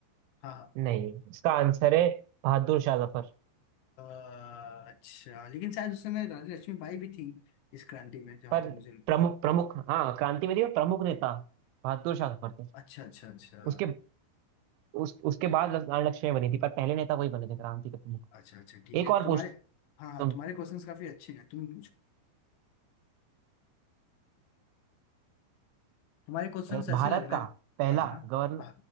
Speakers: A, on the left (about 75°); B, on the right (about 80°).
A: हाँ हाँ
B: नहीं इसका आंसर है बहादुर शाह जफर
A: अ, अच्छा लेकिन शायद उस समय रानी लक्ष्मीबाई भी थी इस क्रांति में जहाँ
B: पर
A: तक मुझे लगता
B: प्रमुख
A: है।
B: प्रमुख हाँ क्रांतिवादी में प्रमुख नेता बहादुर शाह जफर थे
A: अच्छा अच्छा अच्छा
B: उसके उस, उसके बाद रानी लक्ष्मीबाई बनी थी पर पहले नेता वही बने थे क्रांति के प्रमुख
A: अच्छा अच्छा ठीक
B: एक
A: है
B: और
A: तुम्हारे
B: पूछता
A: हाँ हाँ
B: हूँ
A: तुम्हारे क्वेश्चंस काफी अच्छे हैं तुम पूछो तुम्हारे क्वेश्चंस ऐसे
B: भारत
A: लग रहे
B: का
A: हैं
B: पहला
A: हाँ हाँ
B: गवर्न
A: भा,